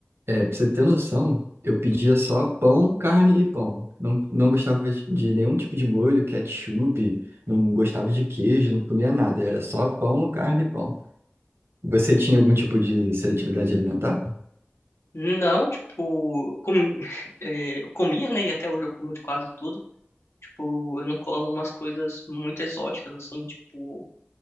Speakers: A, on the right; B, on the left.
A: é, pra você ter noção, eu pedia só pão, carne e pão. Não, não gostava de nenhum tipo de molho, ketchup, não gostava de queijo, não comia nada, era só pão, carne e pão. Você tinha algum tipo de seletividade alimentar?
B: Não, tipo, com, <laughs> é, eu comia, né? E até hoje eu como de quase tudo. Tipo, eu não como umas coisas muito exóticas, assim, tipo,